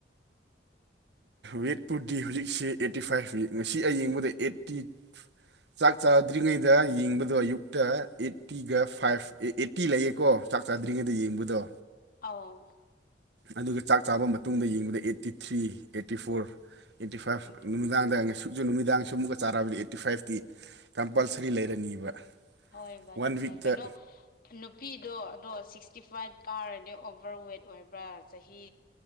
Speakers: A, on the right; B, on the left.
A: ꯋꯦꯠꯄꯨꯗꯤ ꯍꯧꯖꯤꯛꯁꯦ ꯑꯦꯠꯇꯤ ꯐꯥꯏꯚ ꯉꯁꯤ ꯑꯩ ꯌꯦꯡꯕꯗ ꯑꯦꯠꯇꯤ ꯆꯥꯛ ꯆꯥꯗ꯭ꯔꯤꯉꯩꯗ ꯌꯦꯡꯕꯗꯣ ꯑꯌꯨꯛꯇ ꯑꯦꯠꯇꯤꯒ ꯐꯥꯏꯚ ꯑꯦ ꯑꯩꯠꯇꯤ ꯂꯩꯌꯦꯀꯣ ꯆꯥꯛ ꯆꯥꯗ꯭ꯔꯤꯉꯩꯗ ꯌꯦꯡꯕꯗꯣ
B: ꯑꯥꯎ
A: ꯑꯗꯨꯒ ꯆꯥꯛ ꯆꯥꯕ ꯃꯇꯨꯡꯗ ꯌꯦꯡꯕꯗ eighty three eighty four eighty five
B: ꯎꯝ
A: ꯅꯨꯃꯤꯗꯥꯡꯗ ꯉꯁꯨꯛꯁꯨ ꯅꯨꯃꯤꯗꯥꯡ ꯁꯨꯃꯨꯛꯀ ꯆꯥꯔꯕꯗꯤ ꯑꯩꯠ ꯇꯤꯐꯥꯏꯚꯇꯤ ꯀꯝꯄꯜꯁꯔꯤ ꯂꯩꯔꯅꯤꯕ
B: ꯍꯣꯏꯕ
A: ꯋꯥꯟ
B: ꯑꯗꯨꯅꯦ
A: ꯋꯤꯛꯇ
B: ꯀꯩꯅꯣ ꯅꯨꯄꯤꯗꯣ ꯑꯗꯣ ꯁꯤꯛꯁꯇꯤ ꯐꯥꯏꯚ ꯀꯥꯔꯗꯤ ꯑꯣꯚꯔꯋꯦꯠ ꯑꯣꯏꯕ꯭ꯔꯥ ꯆꯍꯤ